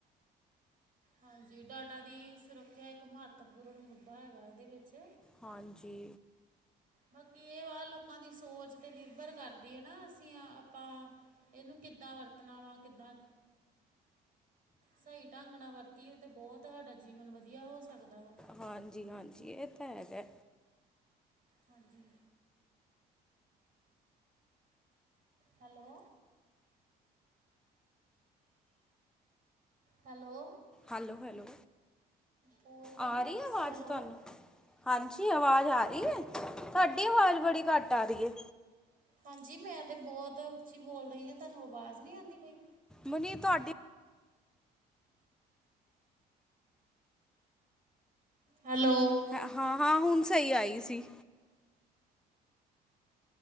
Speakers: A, on the right; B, in the centre.
A: ਹਾਂਜੀ ਡਾਟਾ ਦੀ ਸੁਰੱਖਿਆ ਇੱਕ ਮਹੱਤਵਪੂਰਨ ਮੁੱਦਾ ਹੈਗਾ ਇਹਦੇ ਵਿੱਚ।
B: ਹਾਂਜੀ।
A: ਬਾਕੀ ਏ ਵਾ ਲੋਕਾਂ ਦੀ ਸੋਚ ਤੇ ਨਿਰਭਰ ਕਰਦੀ ਐ ਨਾ ਅਸੀ ਆ ਆਪਾਂ ਏਨੂੰ ਕਿੱਦਾਂ ਵਰਤਣਾ ਵਾ ਕਿੱਦਾਂ ਸਈ ਢੰਗ ਨਾਲ ਵਰਤੀਏ ਤੇ ਬੋਤ ਹਾਡਾ ਜੀਵਨ ਵਧੀਆ ਹੋ ਸਕਦਾ ਵਾ।
B: ਹਾਂਜੀ ਹਾਂਜੀ, ਏ ਤਾਂ ਹੈਗਾ ਐ।
A: ਹਾਂਜੀ। ਹੈਲੋ। ਹੈਲੋ।
B: ਹਲੋ ਹੈਲੋ
A: ਬੋਲਦੇ
B: ਆ
A: ਨੀ ਪਏ
B: ਰੀ
A: ਤੁਸੀਂ
B: ਐ ਵਾਜ
A: ਹੈਲੋ
B: ਤਾਨੂੰ? ਹਾਂਜੀ ਆਵਾਜ ਆ ਰੀ ਐ। ਤਾਡੀ ਵਾਜ ਬੜੀ ਘੱਟ ਆ ਰੀਏ।
A: ਹਾਂਜੀ ਮੈਂ ਤੇ ਬੋਤ ਉੱਚੀ ਬੋਲ ਰਈ ਆਂ ਤਾਨੂੰ ਅਵਾਜ਼ ਨੀਂ ਆਂਦੀ ਪਈ?
B: ਮਨੀ ਤੁਆਡੀ
A: ਹੈਲੋ।
B: ਹ ਹਾਂ ਹੁਨ ਸਈ ਆਈ ਸੀ।